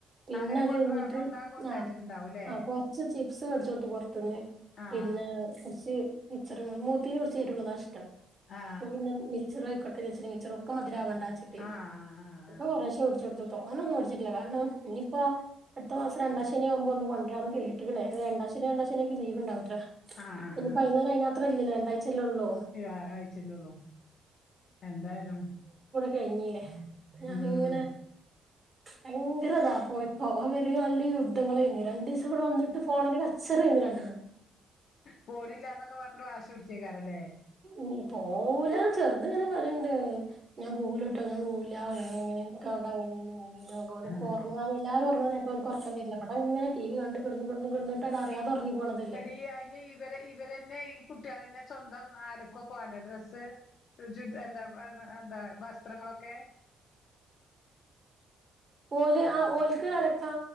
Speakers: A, on the right (about 35°); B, on the left (about 65°).
A: പിന്നെ
B: അങ്ങനെ
A: അത്
B: കൊ
A: കഴഞ്ഞിട്ട്.
B: കൊണ്ടോവാൻ കൊടുത്തയച്ചിട്ടുണ്ടാവൂല്ലേ?
A: ആ. ആ കൊറച്ച് ചിപ്സ് വേടിച്ചോട്ട്ത്ത് പോർത്ത്ന്ന്.
B: ആ കൊണ്ടാവാൻ കൊടുത്തയച്ചിട്ടുണ്ടാവൂലേ? ആ
A: പിന്നെ കുറച്ച്. മിച്ചറ് മൂത്തിന്ന് കൊറച്ച് എരുള്ളതാ ഇഷ്ടം
B: ആ
A: അപ്പ പിന്നെ. മിച്ചറും ആയിക്കോട്ടെ വിചാര്ച്ട്ട് മിച്ചർ ഒക്കെ മതിരാവടവിചാര്ച്ട്ട്.
B: ആഹ ആ ആ.
A: ഒക്കൊ കൊറേശെ വേട്ച് കൊടുത്ത് തോനെ ഒന്നും വെട് ച്ട്ടില്ല കാരണം നീപ്പൊ. അടുത്ത മാസം രണ്ടാ ശെനി ആകുബോ ഒന്ന് കൊണ്ടരാന്ന് കേട്ട് രണ്ടാശെനി രണ്ടാശെനി ലീവ്ണ്ടാവുത്യേ.
B: ആ ആ
A: ഇന്നിപ്പോ ഏതായാലുംഅതിനാത്രം ഇല്ലല്ലോ രണ്ടാഴ്ചയല്ലേ ഉള്ളൂ.
B: അ അയച്ചല്ലോള്ളു എന്തായാലും.
A: കഴിഞ്ഞില്ലേ ഞാനിങ്ങനെ
B: ഉം
A: ഭയങ്കര താ. ഓ ഇപ്പൊ അവര് നല്ല യുദ്ധങ്ങലെയ്ന്നു രണ്ട് ദിവസം ഇവിടെ വന്നിട്ട് ഫോണിന്ന് ക ച്ചറേയ്ന്ന്..
B: പോണില്ല എന്നൊക്കെ പറഞ്ട്ട് വാശി പിടിച്ചേക്കാരല്ലേ.
A: ഉ പോവൂല ചെറുത്ങ്ങനെ പറിണ്ട്. ഞാൻ പോകുലോട്ടോ ഞാൻ പോക്കുല ഇക്ക വടെ അങ്ങനെണ് ഇങനെണ്ഉറങ്ങൻ
B: ആ
A: കയുല പറിം. എല്ലാരും ഒറഗ്ണനേരത്‌ ഓന്ക് ഒറക്കം വെരൂല ഇടെ ഇങ്ങനെ ടി വി കണ്ട് കെട്ന്ന് കെട്ന്ന് അറിയാതെ ഉറങ്ങി പോണതാ.
B: എടി അ ഇവരെ ഇവരന്നെ ഈ കുട്ട്യാളന്നെ സ്വന്തം ആലക്കൊകെ വാണ്ടെ ഡ്രസ്സ്. ഇജു എന്താ എന്താ വസ്ത്രങ്ങളൊക്കെ.
A: ഓല് ആ ഓൽക്ക് അടക്കാ